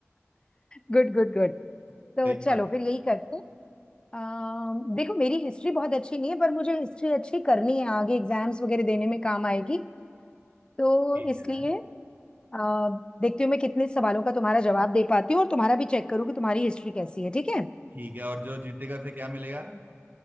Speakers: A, on the left; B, on the right.
A: Good good good <laughs>
B: सही
A: तो चलो
B: बात
A: फिर यही करते हैं अम, देखो मेरी हिस्ट्री बहुत अच्छी नहीं है पर मुझे हिस्ट्री अच्छी करनी है आगे एग्जाम्स वगैरह देने में काम आएगी तो
B: ठीक
A: इसलिए
B: है
A: अ, देखती हूँ मैं कितने सवालों का तुम्हारा जवाब दे पाती हूँ और तुम्हारा भी चेक करूँ कि तुम्हारी हिस्ट्री कैसी है ठीक है
B: ठीक है और जो जीतेगा फिर क्या मिलेगा